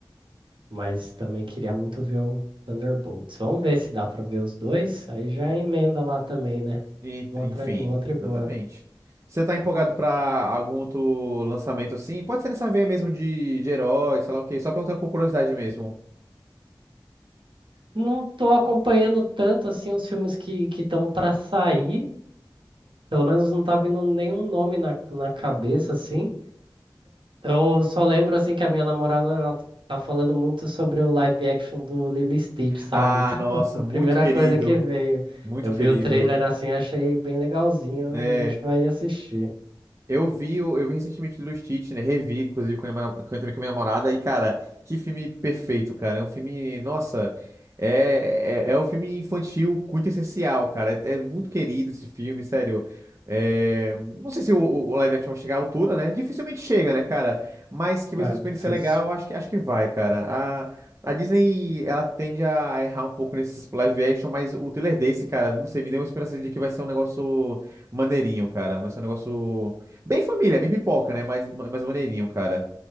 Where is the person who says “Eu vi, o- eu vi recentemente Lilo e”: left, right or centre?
Right